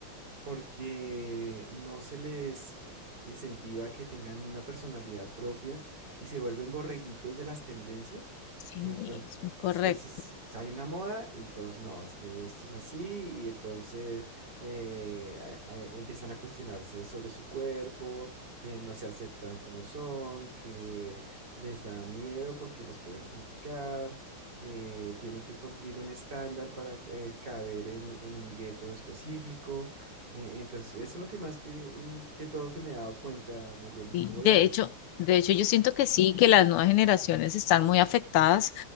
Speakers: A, on the right; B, on the left.
A: porque no se les eh, incentiva que tengan una personalidad propia y se vuelven borreguitos de las tendencias.
B: Sí,
A: Entonces,
B: es muy correcto.
A: entonces hay una moda y todos, no, es que esto es así y entonces eh, a- a- empiezan a cuestionarse sobre su cuerpo, que no se aceptan como son, que les da miedo porque los pueden criticar. que tienen que cumplir un estándar para eh, caber en, en un gueto específico. Eh, Entonces, eso es lo que más que, mm, que todo que me he dado cuenta, Mayelis,
B: Y
A: ¿cómo
B: de
A: lo ves?
B: hecho, de hecho, yo siento que sí, que las nuevas generaciones están muy afectadas